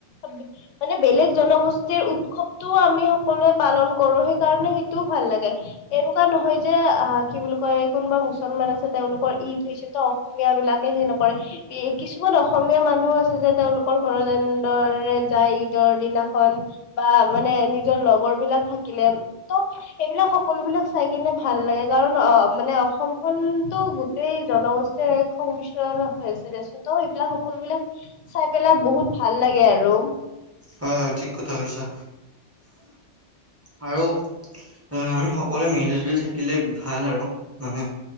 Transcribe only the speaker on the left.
মানে বেলেগ জনগোষ্ঠীৰ উৎসৱটোও আমি সকলোৱে পালন কৰো, সেইকাৰণে সেইটোও ভাল লাগে। এনেকুৱা নহয় যে আ কি বুলি কয় কোনোবা মুছলমান আছে, তেওঁলোকৰ ঈদ হৈছে ত অসমীয়া বিলাকে সে নকৰে, কিছুমান অসমীয়া মানুহো আছে যে তেওঁলোকৰ ঘৰত এনেদৰে যায়, ঈদৰ দিনাখন বা মানে নিজৰ লগৰ বিলাক থাকিলে। ত সেইবিলাক সকলো বিলাক চাই কিনে ভাল লাগে, কাৰণ অ' মানে অসমখন তো এই জনগোষ্ঠীৰ এক সংমিশ্ৰণ হৈ আছে দেচোন, ত' এইবিলাক সকলোবিলাক চাই পেলাই বহুত ভাল লাগে আৰু।